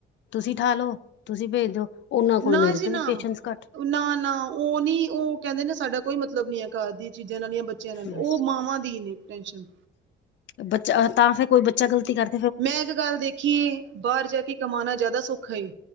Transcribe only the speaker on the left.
ਤੁਸੀਂ ਠਾ ਲੋ, ਤੁਸੀਂ ਭੇਜ ਦਿਓ, ਓਨਾਂ ਕੋਲ
ਮੇਰੇ
ਤੋਂ
ਵੀ ਪੇਸ਼ੈਂਸ ਘ
ਬਸ
ਬੱਚਾ ਤਾਂ ਫਿਰ ਕੋਈ ਬੱਚਾ ਗਲਤੀ ਕਰ